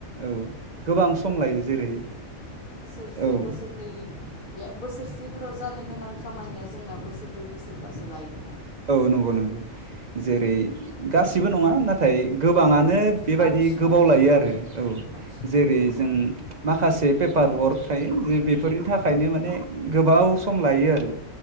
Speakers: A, on the right; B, on the left.
A: औ गोबां सम लायो जेरै
B: से
A: औ
B: बोसोरनि बोसोरसेफोराव जानो गोनां खामानिया जोंना बोसोरब्रै बोसोरबासो लायो
A: औ नंगौ नंगौ जेरै गासिबो नङा नाथाय गोबाङानो ओत बेबायदि
B: बांसिनानो
A: गोबाव लायो
B: औ
A: आरो औ
B: बांसिनानो
A: जेरै
B: लायो
A: जों माखासे पेपार वर्क थायो जे बेफोरनि
B: उम
A: थाखायनो माने गोबाव सम लायो आरो